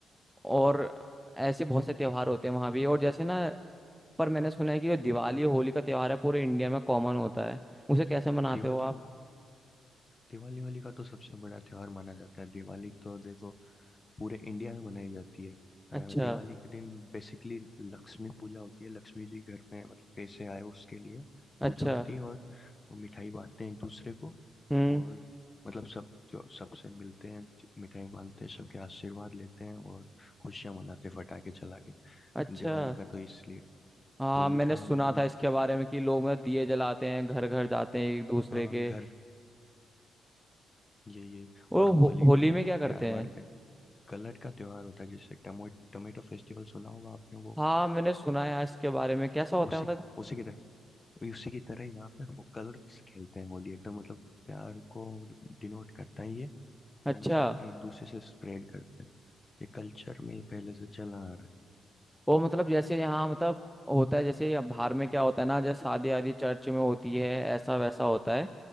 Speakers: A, in the centre; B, on the left.
A: और ऐसे बहुत से त्योहार होते हैं वहाँ भी और जैसे ना पर मैंने सुना है कि जो दिवाली होली का त्योहार है पूरे इंडिया में कॉमन होता है उसे कैसे
B: है।
A: मनाते
B: दिवाली
A: हो आप
B: होली दिवाली होली का तो सबसे बड़ा त्योहार माना जाता है दिवाली तो देखो पूरे इंडिया में मनाई जाती है
A: अच्छा
B: अ, दिवाली के दिन बेसिकली लक्ष्मी पूजा होती है लक्ष्मी जी घर में मतलब पैसे आए उसके लिए
A: अच्छा
B: पूजा होती है और वो मिठाई बांटते हैं एक दूसरे को
A: हम्म
B: और मतलब सब जो सबसे मिलते हैं ज- मिठाई बांटते हैं सबके आशीर्वाद लेते हैं और खुशियां मनाते हैं फटाके चला के
A: अच्छा
B: दिवाली का तो इसलिए
A: हाँ
B: होली
A: मैंने
B: का
A: सुना
B: हम में
A: था इसके बारे में कि लोग मतलब दिए जलाते हैं घर घर जाते हैं एक दूसरे
B: हाँ
A: के
B: घर यही यही
A: वो
B: और
A: हो,
B: होली
A: होली
B: में
A: में क्या करते
B: प्यार बांटते
A: हैं
B: हैं कलर का त्योहार होता है जैसे टमो टमेटो फेस्टिवल सुना होगा आपने वो
A: हाँ मैंने सुना है इसके बारे में कैसा होता
B: उसी
A: है मतलब
B: उसी की वही उसी की तरह यहाँ पे वो कलर्स खेलते हैं होली एकदम मतलब प्यार को डिनोट करता है ये
A: अच्छा
B: तो मतलब एक दूसरे से स्प्रेड करते हैं ये कल्चर में ये पहले से चला आ रहा है
A: वो मतलब जैसे यहाँ मतलब होता है जैसे यहाँ बाहर में क्या होता है ना जैसे शादी आदि चर्च में होती है ऐसा वैसा होता है